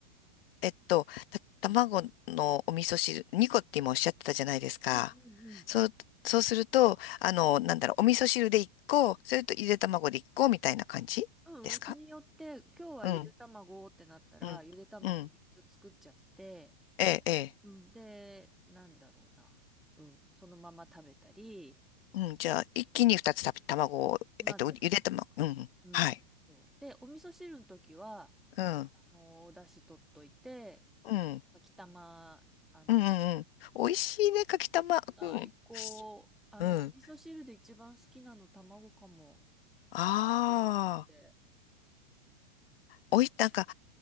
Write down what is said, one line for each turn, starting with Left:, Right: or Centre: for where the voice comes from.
Left: えっと、た、卵のお味噌汁、
Centre: うん
Left: 2個って今おっしゃってたじゃないですか。
Centre: うんうん
Left: そう、そうすると、あの、
Centre: うん。
Left: なんだろう、お味噌汁で1個、それとゆで卵で1個みたいな感じですか
Centre: うん、日によって、今日はゆで卵ってなったら、
Left: うん、うん、
Centre: ゆで卵3つ作っちゃって、
Left: うん。ええ、え
Centre: うん、で、なんだろうな。うん、そのまま食べたり、
Left: うん、じゃあ、一気に二つた卵を、
Centre: まず、
Left: えっと、ゆで卵、うん、
Centre: うん。
Left: はい。
Centre: そうで、お味噌汁の時は、
Left: うん、
Centre: あの、お出汁取っといて、
Left: うん、
Centre: 秋玉、あの、
Left: うん、うん。うん美味しいね、かきたま。
Centre: 最高。
Left: うん、
Centre: あの、
Left: うん。
Centre: お味噌汁で一番好きなの卵かも。
Left: ああ、
Centre: 持ってるので。
Left: おい、なんか、